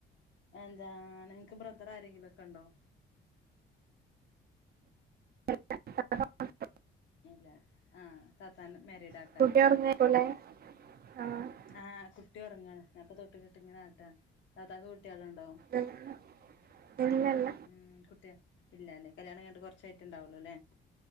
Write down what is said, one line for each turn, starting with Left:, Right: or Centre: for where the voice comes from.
Left: എന്താ നിനക്ക് ബ്രദർ ആരെങ്കിലൊക്കെണ്ടോ
Right: അ....
Left: ഇല്ല ആഹ് തത്താൻ മരീഡ് ആ.
Right: <unintelligible>
Left: ആഹ് കുട്ടി ഉറങ്ങാ ഞാപ്പൊ തൊട്ടി കെട്ടിട്ടാട്ടാ താത്താക്ക് കുട്ടികളൊണ്ടാവൊ
Right: എന്താ ഇല്ലല്ല
Left: ഉം കുട്ടിയ ഇല്ല അല്ലെ കല്യാണം കയിഞ്ഞിട്ട് കുറച്ചായിട്ട് ഉണ്ടാവുള്ളു അല്ലേ.